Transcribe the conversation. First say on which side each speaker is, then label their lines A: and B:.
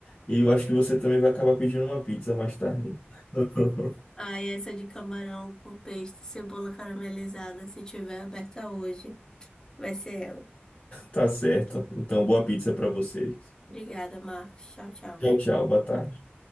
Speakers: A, on the left; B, on the left.
A: E eu acho que você também vai acabar pedindo uma pizza mais tarde. <laughs>
B: Ah, e essa de camarão com peixe, cebola caramelizada, se tiver aberta hoje, vai ser ela.
A: Tá certo. Então, boa pizza pra vocês.
B: Obrigada, Marcos. Tchau, tchau.
A: Tchau, tchau, boa tarde.